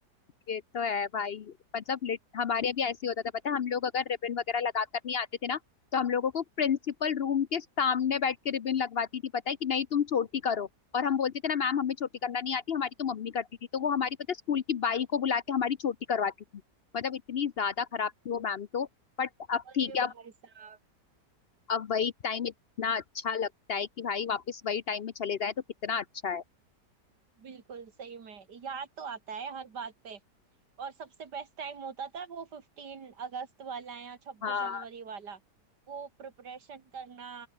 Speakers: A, on the left (about 70°); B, on the right (about 70°).
A: ये तो है भाई मतलब लिट हमारे यहाँ भी ऐसे ही होता था पता है हम लोग अगर रिबन वगैरह लगा कर नहीं आते थे ना तो हम लोगों को प्रिंसिपल रूम के सामने बैठ के रिबन लगवाती थी पता है कि नहीं तुम छोटी करो और हम बोलते थे ना मैम हमें छोटी करना नहीं आती हमारी तो मम्मी करती थी तो वो हमारी पता है स्कूल की बाई को बुला के हमारी छोटी करवाती थी मतलब इतनी ज्यादा खराब थी वो मैम तो बट अब
B: अरे
A: ठीक है अब
B: भाई साहब
A: अब वही टाइम इतना अच्छा लगता है कि भाई वापस वही टाइम में चले जाए तो कितना अच्छा है
B: बिल्कुल सही में याद तो आता है हर बात पे और सबसे बेस्ट टाइम होता था वो फिफ्टीन अगस्त वाला या छब्बीस
A: हाँ
B: जनवरी वाला वो प्रिपरेशन करना